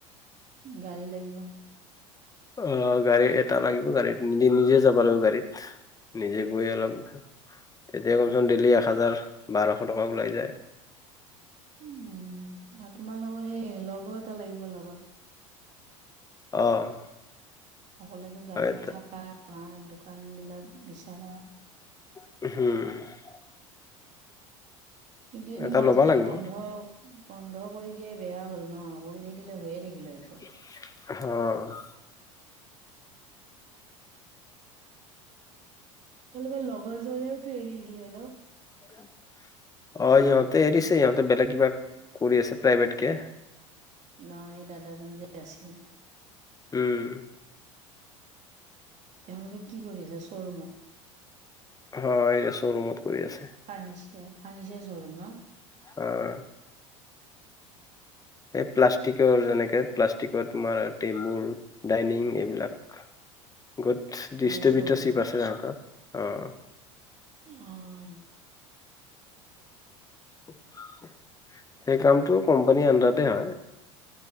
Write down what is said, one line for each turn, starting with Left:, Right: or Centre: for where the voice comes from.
Right: গাড়ী লাগিব।
Left: অ' গাড়ী এটা লাগিব। গাড়ীত নিজে নিজে যাব লাগিব। গাড়ীত নিজে গৈ অলপ তেতিয়া কমচেকম ডেইলি এক হেজাৰ, বাৰশ টকা ওলাই যায়।
Right: উম, আৰু তোমালোকৰ সেই লগৰ এটা লাগিব লগত।
Left: অ'।
Right: অকলেটো গাড়ীত
Left: হয়
Right: আমাৰ দোকান বিলাক বিচাৰা।
Left: উমহ।
Right: কিন্তু এইটো
Left: এটা
Right: মাজতে
Left: ল'বা লাগিব
Right: বন্ধ
Left: অ
Right: বন্ধ কৰি দিয়াই বেয়া হ'ল ন' কৰি থাকিলে হৈয়ে থাকিলে হয় এতিয়া।
Left: অ'।
Right: তোমালোকৰ লগৰ জনেওটো এৰি দিলে ন'?
Left: অ', ইহঁতে
Right: নহয়
Left: এৰিছে ইহঁতে বেলেগ কিবা, কৰি আছে প্ৰাইভেট কে।
Right: নাই এই দাদাজন যে আছিল।
Left: উম।
Right: তেওঁলোকে কি কৰি আছে শ্ব'ৰুমত?
Left: হয়, এতিয়া শ্ব'ৰুমত কৰি আছে।
Right: ফাৰ্নিচাৰ, ফাৰ্নিচাৰ শ্ব'ৰুম ন'?
Left: অ'। এই প্লাষ্টিকৰ যেনেকে প্লাষ্টিকৰ তোমাৰ টেবুল, ডাইনিং এইবিলাক। গত দৃষ্টিবিউটাৰ
Right: তাৰে শ্ব'ৰুমত
Left: চিপ আছে তহঁতৰ অ'।
Right: অ'।
Left: সেই কামটো কোম্পানীৰ আণ্ডাৰতে হয়।